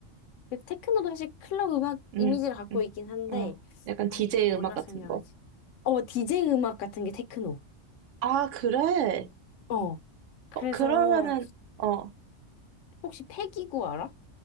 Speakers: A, on the left (about 80°); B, on the right (about 75°).
A: 그 테크노도 사실 클럽 음악
B: 응,
A: 이미지를 갖고
B: 응.
A: 있긴 한데,
B: 어. 약간
A: 아,
B: DJ
A: 이걸 뭐라
B: 음악 같은
A: 설명하지?
B: 거?
A: 어, 제이 음악 같은 게 테크노.
B: 아, 그래?
A: 어, 그래서,
B: 어, 그러면은, 어,
A: 혹시 패기구 알아?